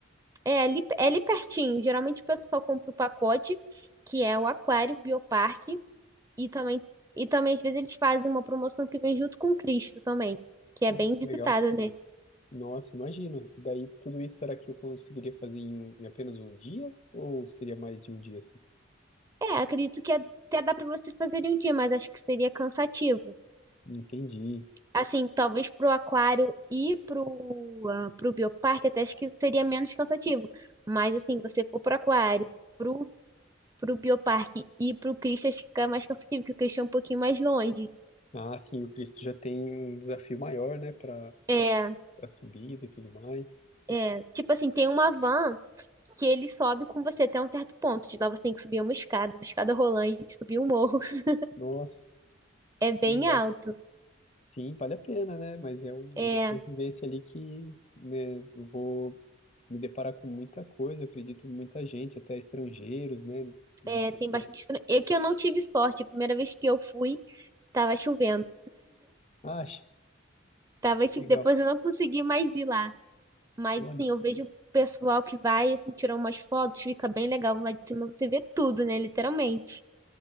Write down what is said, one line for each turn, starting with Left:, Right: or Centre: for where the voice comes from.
Right: É ali, é ali pertinho. Geralmente o pessoal compra o pacote, que é o Aquário, Bioparque, e também, e também às vezes eles fazem uma promoção que vem junto com o Cristo também, que é
Left: Nossa,
Right: bem visitado,
Left: que legal.
Right: né?
Left: Nossa, imagino. E daí, tudo isso, será que eu conseguiria fazer em, um- em apenas um dia? Ou seria mais de um dia, assim?
Right: É, acredito que até dá pra você fazer em um dia, mas acho que seria cansativo.
Left: Entendi.
Right: Assim, talvez pro Aquário e pro, ah, pro Bioparque até acho que seria menos cansativo. Mas assim, você for pro Aquário, pro, pro Bioparque e pro Cristo, acho que fica mais cansativo, porque o Cristo é um pouquinho mais longe.
Left: Ah, sim, o Cristo já tem um desafio maior, né, para
Right: É.
Left: a subida e tudo mais.
Right: É, tipo assim, tem uma van que ele sobe com você até um certo ponto. De lá você tem que subir uma escada, uma escada rolante, subir um morro. <laughs>
Left: Nossa,
Right: É bem
Left: que legal.
Right: alto.
Left: Sim, vale a pena, né? Mas é um-
Right: É,
Left: uma vivência ali que, né, eu vou me deparar com muita coisa, eu acredito, muita gente, até estrangeiros, né? E
Right: é,
Left: pessoas.
Right: tem bastante. estran- É que eu não tive sorte. A primeira vez que eu fui, tava chovendo.
Left: Acha,
Right: Tava, tipo,
Left: legal.
Right: depois eu não consegui mais ir lá. Mas
Left: Olha,
Right: assim, eu vejo o pessoal que vai, assim, tirar umas fotos, fica bem legal lá de cima. Você vê tudo, né? Literalmente.